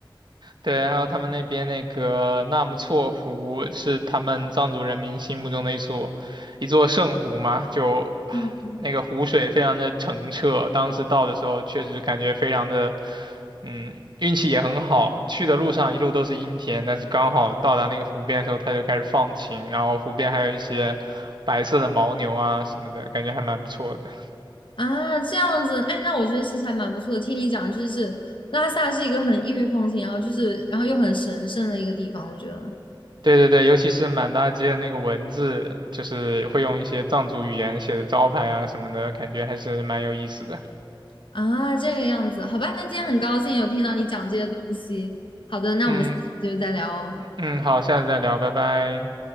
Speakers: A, on the right; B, on the left.
A: 对，还有他们那边那个纳木错湖是他们藏族人民心目中的一所一座圣湖嘛，就啊那个湖水非常的澄澈，
B: 嗯
A: 当时到的时候确实感觉非常的，嗯，运气也很好，去的路上一路都是阴天，但是刚好到达那个湖边的时候，它就开始放晴，然后湖边还有一些白色的牦牛啊什么的，感觉还蛮不错的。
B: 啊，这样子，哎，那我觉得其实还蛮不错的，听你讲就是拉萨是一个很异域风情，然后就是然后又很神圣的一个地方，我觉得
A: 对对对，尤其是满大街的那个文字，就是会用一些藏族语言写的招牌啊什么的，感觉还是蛮有意思的。
B: 啊，这个样子，好吧，那今天很高兴有听到你讲这些东西，好的，那我们下次就再聊哦。
A: 嗯嗯，好，下次再聊，拜拜。